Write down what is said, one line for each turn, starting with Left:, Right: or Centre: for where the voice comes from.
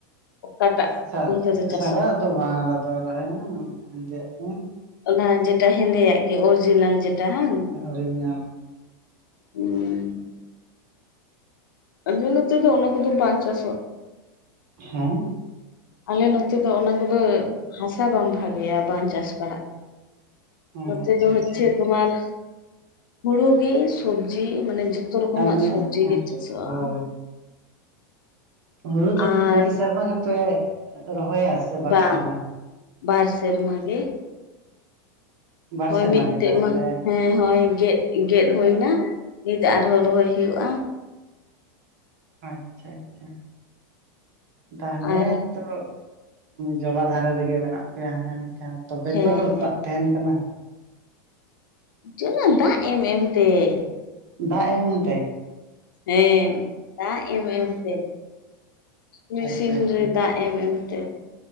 Left: ᱚᱠᱟᱴᱥᱜ
Right: ᱥᱟ
Left: ᱚᱱᱛᱮ ᱫᱚ ᱪᱟᱥᱚᱜ
Right: ᱥᱟᱫᱟᱜ ᱫᱚ ᱵᱟᱝᱞᱮᱫᱚ ᱨᱚᱦᱚᱭᱟ ᱦᱮᱱᱫᱮᱭᱟᱜ ᱫᱚ ᱾
Left: ᱚᱱᱟ ᱡᱮᱴᱟ ᱦᱮᱸᱫᱮᱭᱟᱜ ᱜᱮ ᱚᱨᱤᱡᱤᱱᱟᱞ ᱡᱮᱴᱟ ᱦᱮᱸ ᱾
Right: ᱟᱹᱣᱨᱤᱧ <unintelligible>
Left: <unintelligible> ᱟᱞᱮ ᱱᱚᱛᱮ ᱫᱚ ᱚᱱᱟ ᱠᱚᱫᱚ ᱵᱟᱝ ᱪᱟᱥᱚᱜ ᱾
Right: ᱦᱮᱸ
Left: ᱟᱞᱮ ᱱᱚᱛᱮ ᱫᱚ ᱚᱱᱟ ᱠᱚᱫᱚ, ᱦᱟᱥᱟ ᱵᱟᱝ ᱵᱷᱟᱜᱮᱭᱟ ᱵᱟᱝ ᱪᱟᱥ ᱵᱟᱲᱟᱜ
Right: ᱦᱮᱸ
Left: ᱱᱚᱛᱮ
Right: ᱟᱪᱪᱷᱟ
Left: ᱫᱚ
Right: ᱟᱪᱪᱷᱟ
Left: ᱦᱚᱪᱷᱮ ᱛᱚᱢᱟᱨ, ᱦᱩᱲᱩ ᱜᱮ ᱥᱚᱵᱡᱤ ᱢᱟᱱᱮ ᱡᱚ ᱡᱚᱛᱚ ᱨᱚᱠᱚᱢᱟᱜ
Right: ᱟᱫᱚ
Left: ᱥᱚᱵᱽᱡᱤ ᱜᱮ ᱪᱟᱥᱚᱜᱼᱟ
Right: ᱦᱳᱭ
Left: ᱾
Right: ᱦᱩᱲᱩ ᱫᱚ
Left: ᱟᱨ
Right: ᱢᱤᱫ ᱥᱮᱨᱢᱟ ᱜᱮᱯᱮ ᱨᱚᱦᱚᱭᱟ? ᱥᱮ ᱵᱟᱨ
Left: ᱵᱟᱝ
Right: ᱥᱮᱨᱢᱟ
Left: ᱵᱟᱨ ᱥᱮᱨᱢᱟᱜᱮ ᱾
Right: ᱵᱟᱨ
Left: ᱦᱚᱭ
Right: ᱥᱮᱨᱢᱟ
Left: ᱢᱤᱫᱴᱮᱡ
Right: ᱜᱮ ᱛᱟᱦᱚᱞᱮ
Left: ᱢᱟ ᱦᱮᱸ ᱦᱚᱭ ᱜᱮᱫ ᱜᱮᱫ ᱦᱩᱭ ᱱᱟ ᱱᱤᱛ ᱟᱨᱦᱚᱸ ᱨᱚᱦᱚᱭ ᱦᱩᱭᱩᱜᱼᱟ ᱾
Right: ᱟᱪᱪᱷᱟ ᱟᱪᱪᱷᱟ ᱛᱟᱦᱚᱞᱮ
Left: ᱟᱨ
Right: ᱛᱚ ᱡᱚᱞᱟ ᱫᱷᱟᱨᱮ ᱨᱮᱜᱮ ᱢᱮᱱᱟᱜ ᱯᱮᱭᱟ <unintelligible> ᱛᱚᱵᱮ
Left: ᱦᱮᱸ
Right: ᱛᱚ
Left: ᱦᱮᱸ
Right: ᱫᱟᱜ ᱛᱟᱦᱮᱱ ᱠᱟᱱᱟ ᱾
Left: ᱡᱚᱞᱚ ᱫᱟᱜ ᱮᱢ ᱮᱢ ᱛᱮ ᱾
Right: ᱫᱟᱜ ᱮᱢ ᱛᱮ?
Left: ᱦᱮᱸ ᱫᱟᱜ ᱮᱢ ᱮᱢ ᱛᱮ, ᱢᱮᱥᱤᱱ
Right: ᱟᱪᱪᱷᱟ ᱟᱪᱪᱷᱟ
Left: ᱨᱮ ᱫᱟᱜ ᱮᱢ ᱮᱢᱛᱮ,